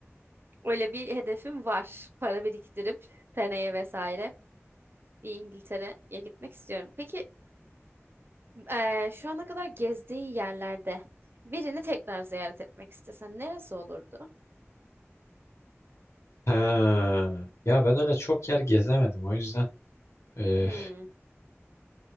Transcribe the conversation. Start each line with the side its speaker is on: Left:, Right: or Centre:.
Right: öyle bir hedefim var. Para biriktirip seneye vesaire bir İngiltere'ye gitmek istiyorum. Peki e, şu ana kadar gezdiğin yerlerde birini tekrar ziyaret etmek istesen neresi olurdu?
Left: Ha. Ya ben öyle çok yer gezemedim o yüzden e,
Right: Hmm.